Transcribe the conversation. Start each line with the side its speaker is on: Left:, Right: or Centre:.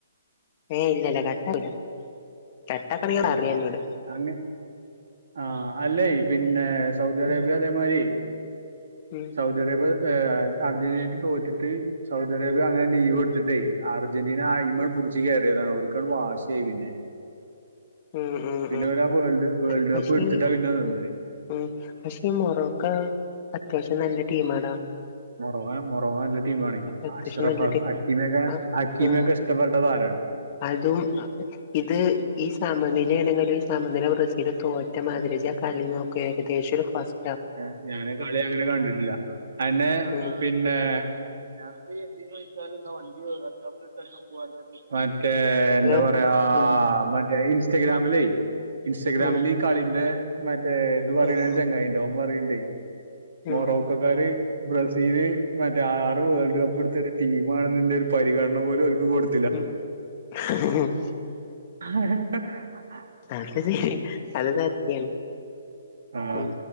Left: ഏയ് ഇല്ലല്ല കട്ടകൂല കട്ടാക്കണങ്കി
Right: ആ
Left: പറയാ എന്നോട്
Right: അങ്ങ ആഹ് അല്ലേയ് പിന്നെ സൗദി അറേബ്യ
Left: ഉം
Right: അതേമാരിയേയ്
Left: ഉം
Right: സൗദി അറേബ്യ ഏഹ് അർജന്റീനിറ്റും തോറ്റിട്ട് സൗദി അറേബ്യ അങ്ങനെ ലീവ്
Left: ഉം
Right: കൊടുത്തിട്ടേയ് അർജന്റീന അയ്മ്മേ
Left: ഉം
Right: പുടിച്ച് കയറിയതാണ് ഓൽക്ക് അങ്ങട്ട് വാശി ആയി പിന്നെ
Left: ഉം ഉം
Right: പിന്നെ
Left: ഉം
Right: ഓരാ വേൾഡ് വേൾഡ്
Left: പക്ഷേ
Right: കപ്പ് എടുത്തിട്ടാ
Left: ഈ
Right: പിന്നെ നിന്നത്
Left: ഉം ഉം പക്ഷെ ഈ മൊറോക്ക അത്യാവശ്യം നല്ല ടീം ആടാ
Right: മൊറോ മൊറോക്ക നല്ല ടീമാണേയ്
Left: അത്യാവശ്യം
Right: അഷ്റഫ
Left: നല്ല ടീ
Right: അക്കീമക്കെ
Left: ആ
Right: ഹക്കീമൊക്കെ
Left: ആ
Right: ഇഷ്ടപ്പെട്ടത് ആരാണ്
Left: അതും ഇത് ഈ സമനിലേണങ്കിലും സമനില ബ്രസീലും തോറ്റ മാതിരി ഇജ്ജ് ആഹ് കളി നോക്കേ ഏകദേശം ഒരു ഫസ്
Right: ഏഹ് ഞാൻ ആഹ് കളി അങ്ങനെ കണ്ടിട്ടില്ല അയന്നെ
Left: ഉം
Right: പിന്നെ പിന്നെ ഞാനത് എന്ന് വെച്ചാല് വണ്ടിർച്ച പോ മറ്റേ എന്താ
Left: ഹലോ
Right: പറയാ
Left: ഉം
Right: മറ്റേ ഇൻസ്റ്റഗ്രാമിലേയ് ഇൻസ്റ്റഗ്രാമിൽ
Left: ഉം
Right: കളിന്റെ മറ്റേ ഇത് പറയണ
Left: ഉം
Right: ഒരു ചങ്ങായിണ്ട് ഓൻ പറയിണ്ടേ
Left: ഉം
Right: മൊറോക്കക്കാര് ബ്രസീല് മറ്റേ ആറ് വേൾഡ് കപ്പ് എടുത്ത ഒരു ടീമാണന്നതിന്റെ ഒരു പരിഗണന പോലും ഓൽക്ക് കൊടു
Left: ഉം
Right: ഹഹ് ഹഹ ഹ്ഹ്
Left: അത് ശരിയാ അത് സത്യാണ്
Right: ആഹ്
Left: ഉം